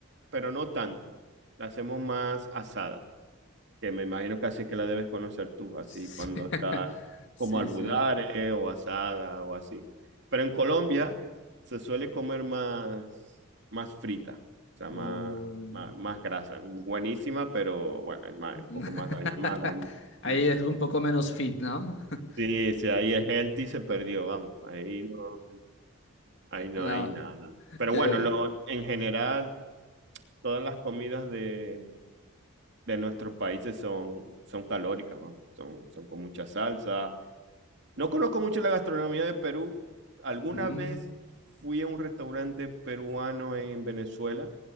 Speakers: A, on the right (about 55°); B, on the left (about 55°).
A: pero no tanto. La hacemos más asada, que me imagino que así que la debes conocer tú, así
B: Sí,
A: cuando
B: <laughs>
A: está
B: sí.
A: como albudare
B: sí.
A: o asada o así. Pero en Colombia se suele comer más, más frita, o sea,
B: Uy.
A: más, más, más grasa. Buenísima, pero bueno, es más,
B: <laughs>
A: un poco más, dañ- más dañina.
B: Ahí
A: Sí, sí.
B: es un poco menos fit, ¿no? <laughs>
A: Sí, sí, ahí es healthy, se perdió, vamos, ahí no. Ahí no
B: No,
A: hay nada. Pero
B: ya,
A: bueno,
B: ya.
A: lo, en general, todas las comidas de, de nuestros países son, son calóricas, vamos, son, son con mucha salsa. No conozco mucho la gastronomía de Perú. Alguna
B: Mm,
A: vez fui a un restaurante peruano en Venezuela,